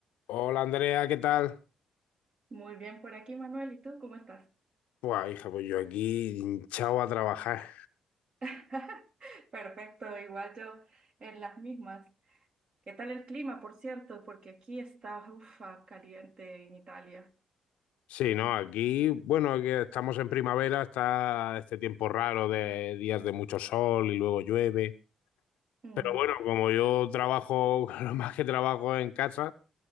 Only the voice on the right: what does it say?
Muy bien por aquí, Manuel. ¿Y tú cómo estás?
<laughs> Perfecto, igual yo en las mismas. ¿Qué tal el clima, por cierto? Porque aquí está, ufa, caliente en Italia.
Mm.